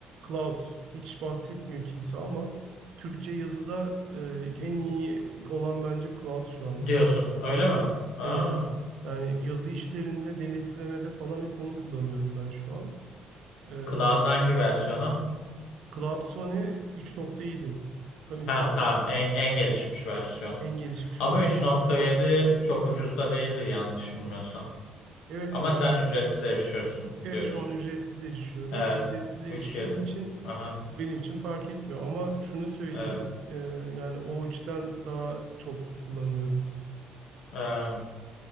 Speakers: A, on the right (about 60°); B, on the left (about 80°).
A: Cloud. Hiç bahsetmiyor kimse ama Türkçe yazıda e, en iyi olan bence Cloud şu anda.
B: Diyorsun.
A: Cloud Money.
B: Öyle mi? Ha.
A: Evet. Yani yazı işlerinde, denetlemede falan hep onu kullanıyorum ben şu an. Ee,
B: Cloud'un hangi versiyonu?
A: CloudSone 3.7. Tam isim.
B: Ha tamam en, en gelişmiş versiyonu.
A: En gelişmiş
B: Ama
A: versiyonu.
B: üç nokta yedi çok ucuz da değildi yanlış bilmiyorsam.
A: Evet
B: Ama
A: yani
B: sen ücretsiz erişiyorsun
A: evet
B: diyorsun.
A: şu an ücretsiz erişiyorum.
B: Evet.
A: Ücretsiz eriştiğim
B: Üç nokta yedi.
A: için
B: Aha.
A: benim için fark etmiyor. Ama şunu söyleyeyim.
B: Evet.
A: e, yani o üçten daha çok kullanıyorum.
B: Ee,